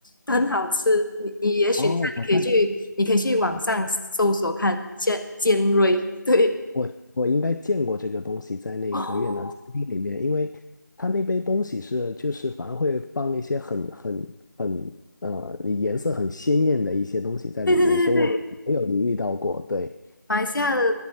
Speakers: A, on the left; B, on the left.
A: 很好吃。你你也许你看，
B: 哦，我在
A: 你可以去，你可以去网上搜索看尖尖锐，对，
B: 我我应该见过这个东西在那个越南餐厅里面，
A: 哦，
B: 因为它那杯东西是就是反而会放一些很很很呃颜色很鲜艳的一些东西在里面，
A: 对对对对对，
B: 所以我有我有留意到过，对。
A: 马来西亚的